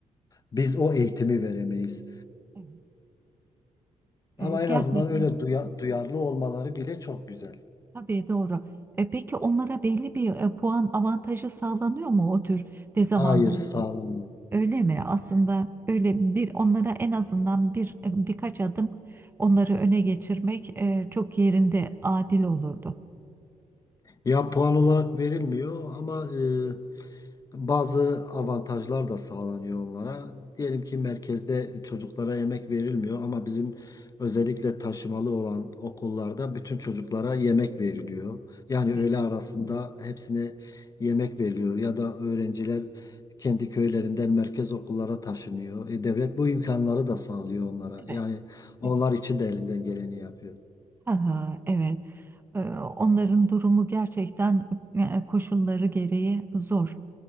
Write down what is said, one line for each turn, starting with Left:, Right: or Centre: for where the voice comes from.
Left: biz o eğitimi veremeyiz.
Right: evet. E,
Left: Ama en
Right: gerçekten
Left: azından öyle duya- duyarlı olmaları bile çok güzel.
Right: tabii doğru. E, peki onlara belli bir e, puan avantajı sağlanıyor mu o tür dezavantajlı?
Left: Hayır sağlam.
Right: Öyle mi? Aslında böyle bir onlara en azından bir e, birkaç adım onları öne geçirmek e, çok yerinde adil olurdu.
Left: Ya puan olarak verilmiyor ama e, bazı avantajlar da sağlanıyor onlara. Diyelim ki merkezde çocuklara yemek verilmiyor ama bizim özellikle taşımalı olan okullarda bütün çocuklara yemek veriliyor. Yani
Right: Evet,
Left: öğle arasında hepsine yemek veriliyor ya da öğrenciler kendi köylerinden merkez okullara taşınıyor. E, devlet bu imkanları da sağlıyor onlara.
Right: evet,
Left: Yani onlar
Right: evet.
Left: için de elinden geleni yapıyor.
Right: Ha, ha, evet. Ee, Onların durumu gerçekten e, koşulları gereği zor.